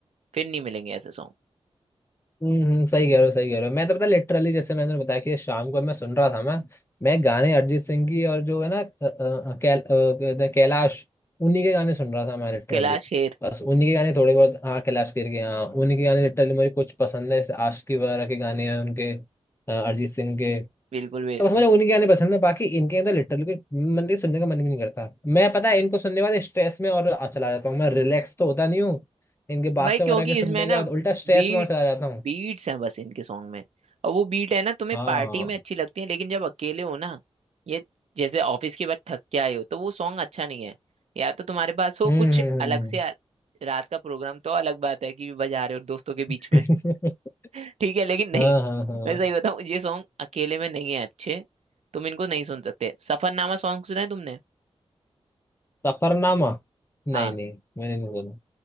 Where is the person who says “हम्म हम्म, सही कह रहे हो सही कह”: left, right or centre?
Left